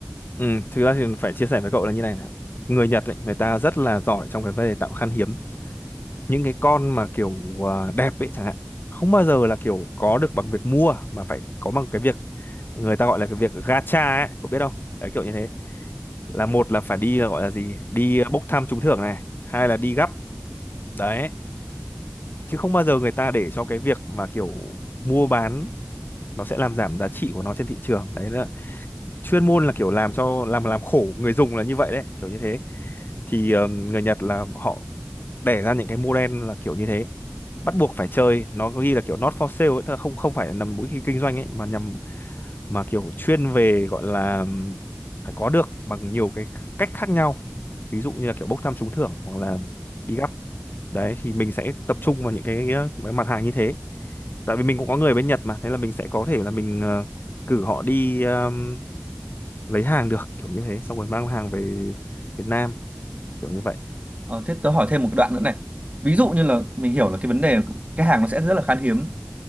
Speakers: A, on the left; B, on the right.
A: ừ thực ra thì phải chia sẻ với cậu là như này này người Nhật ấy, người ta rất là giỏi trong cái vấn đề tạo khan hiếm những cái con mà kiểu à, đẹp ấy chẳng hạn không bao giờ là kiểu có được bằng việc mua mà phải có bằng cái việc người ta gọi là cái việc gacha ấy cậu biết không đấy kiểu như thế là một là phải đi là gọi là gì đi ờ, bốc thăm trúng thưởng này hai là đi gắp đấy chứ không bao giờ người ta để cho cái việc mà kiểu mua bán nó sẽ làm giảm giá trị của nó trên thị trường đấy là chuyên môn là kiểu làm cho làm làm khổ người dùng là như vậy đấy kiểu như thế thì ờm, người Nhật là họ đẻ ra những cái model là kiểu như thế bắt buộc phải chơi nó có ghi là kiểu not for sale ấy, tức là không không phải là nằm mũi kinh kinh doanh ấy mà nhằm mà kiểu chuyên về gọi là ừm, phải có được bằng nhiều cái cách khác nhau ví dụ như là kiểu bốc thăm trúng thưởng hoặc là đi gắp đấy thì mình sẽ tập trung vào những cái, cái mặt hàng như thế tại vì mình cũng có người bên Nhật mà thế là mình sẽ có thể là mình ờ, cử họ đi ờm, lấy hàng được kiểu như thế xong rồi mang hàng về Việt Nam kiểu như vậy
B: ờ, thế tớ hỏi thêm một cái đoạn nữa này ví dụ như là mình hiểu là cái vấn đề là cái hàng nó sẽ rất là khan hiếm